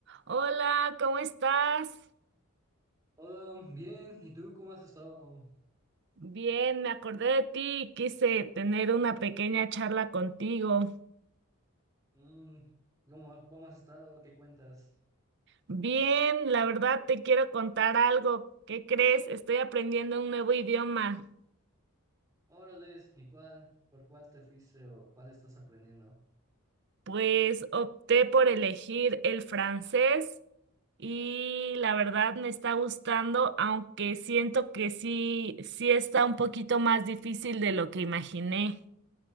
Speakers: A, on the right; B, on the right.
A: Hola, ¿cómo estás?
B: Hola, bien, ¿y tú cómo has estado?
A: Bien, me acordé de ti y quise tener una pequeña charla contigo.
B: Mm, ¿cómo, cómo has estado? ¿Qué cuentas?
A: Bien, la verdad te quiero contar algo. ¿Qué crees? Estoy aprendiendo un nuevo idioma.
B: Órale, ¿y cuál? ¿Por cuál te fuiste o cuál estás aprendiendo?
A: Pues opté por elegir el francés y la verdad me está gustando, aunque siento que sí, sí está un poquito más difícil de lo que imaginé.